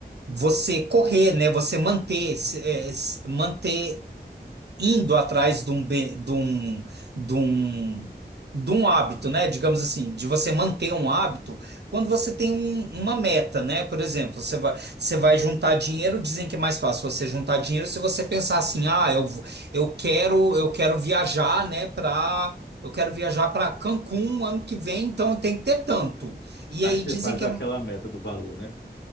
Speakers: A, on the right; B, on the left.
A: você correr, né? Você manter, se- é, se- manter indo atrás de um, be- de um, de um, de um hábito, né? Digamos assim, de você manter um hábito, quando você tem um- uma meta, né? Por exemplo, você vai, você vai juntar dinheiro, dizem que é mais fácil você juntar dinheiro se você pensar assim, ah, eu, vou- eu quero, eu quero viajar, né, para Eu quero viajar para Cancún ano que vem, então eu tenho que ter tanto. E
B: Aí
A: aí
B: você
A: dizem
B: faz
A: que
B: aquela
A: é
B: meta do valor, né?